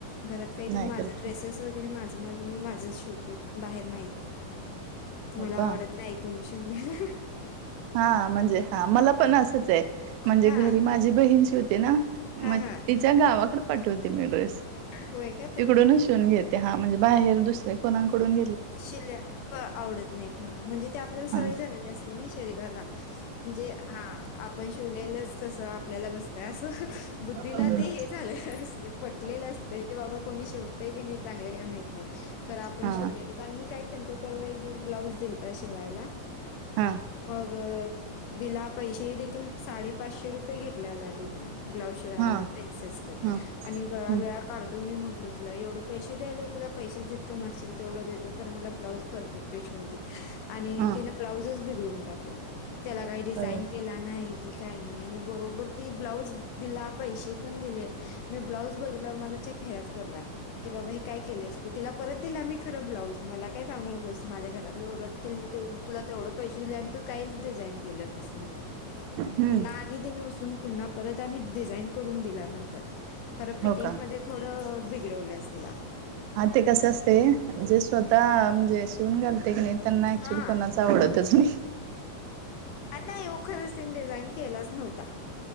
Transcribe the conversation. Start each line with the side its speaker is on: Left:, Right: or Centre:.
Left: घरात काहीतरी
Right: नाही करत
Left: माझ ड्रेसेस
Right: का?
Left: वगैरे माझं-माझ मी माझंच शिवते बाहेर नाही देत.
Right: हो
Left: मला
Right: का?
Left: आवडत नाही कोणी शिवलेला.
Right: हा म्हणजे हा मला पण असंच आहे म्हणजे
Left: हा
Right: घरी माझी बहीण शीवते ना
Left: हा
Right: मग
Left: हा
Right: तिच्या गावाकड पाठवते मी ड्रेस,
Left: होय का
Right: तिकडूनच
Left: तुम
Right: शिऊन घेते हा म्हणजे बाहेर दुसऱ्या कोंकडून
Left: शिल्या प आवडत नाहीत ह म्हणजे ते आपल्याला सवय
Right: हा
Left: झालेली असते ना शरीराला. म्हणजे हा आपण शिवलेलंच कसं आपल्याला बसतय असं. बुद्धीला
Right: हा
Left: ते हे झालेलं असते पटलेलं असते की बाबा कोणी शिव ते की नाही चांगले काय माहत नाही खर आपण
Right: हा
Left: शिवले. कारण मी काय केलतो परवा एक दिवस ब्लाउज दिलता शिवायला.
Right: हा.
Left: मग दिला पैसे देखील साडे पाचशे रुपये घेतलेला तेनी. ब्लाउज शेवायला
Right: हा
Left: प्रिन्सेस कट
Right: हा
Left: आणि गळा-विळा
Right: हम्म
Left: काढतो मी म्हटलो तिला एवढं. पैसे द्यायला हो तुला पैसेच जितकं मांगशिल तेवढं देतो खर मला ब्लाउज परफेक्ट शिऊन दे. आणि
Right: हा
Left: तिनं ब्लाऊजच बिघडून टाकला, त्याला काही डिझाईन
Right: बरोबर
Left: केला नाही. की काय नाही आणि बरोबर ती ब्लाऊज दिला पैसे पण दिले. मी ब्लाऊज बघितलावर माझा चेहराच पडला की बाबा हे काय केलेस तू तिला परत दिला मी खरं ब्लाउज. मला काय सांगू नकोस माझ्या घरातले ओरडतील मी ते तुला तेवढं पैसे. दिल्यानंतर काहीच डिझाईन केली नाहीस म्हणून,
Right: हम्म
Left: पुन्हा पुन्हा परत आणि डिझाईन करून दिल्या नंतर खर फिटिंगमध्ये
Right: हो का?
Left: थोडं बिघडवलंस तिला
Right: हा ते कस असते जे स्वतः म्हणजे शिवून घालते की नाही त्यांना ऍक्च्युली
Left: हा
Right: कोणाच आवडतच नाही
Left: नाही हो खरंच तीने डिझाईन केलाच नव्हता